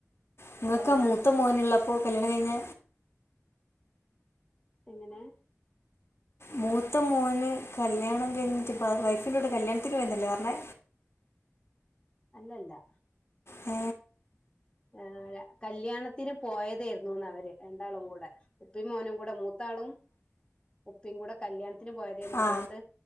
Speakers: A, on the left (about 60°); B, on the left (about 20°).
A: നിങ്ങൾക്ക്
B: അപ്പൊ രണ്ടാൾ
A: മൂത്ത മോനുള്ള പോ കല്യാണം കഴിഞ്ഞ
B: എങ്ങനെ
A: മൂത്ത മോന് കല്യാണം കഴിഞ്ഞിട്ട് വൈഫിന്റെറ കൂടെ കല്യാണത്തി വുന്നല്ലേ പറഞ്ഞേ
B: അല്ലല്ല
A: ആ
B: ആ കല്യാണത്തിന് പോയതായിരുന്നുന്ന് അവര് രണ്ടാളും കൂടെ ഉപ്പി മോനും കൂടെ മൂത്താളും ഉപ്പിയും കൂടെ കല്യാണ ത്തിന് പോയാതന്ന
A: ആ
B: അതുകൊണ്ട്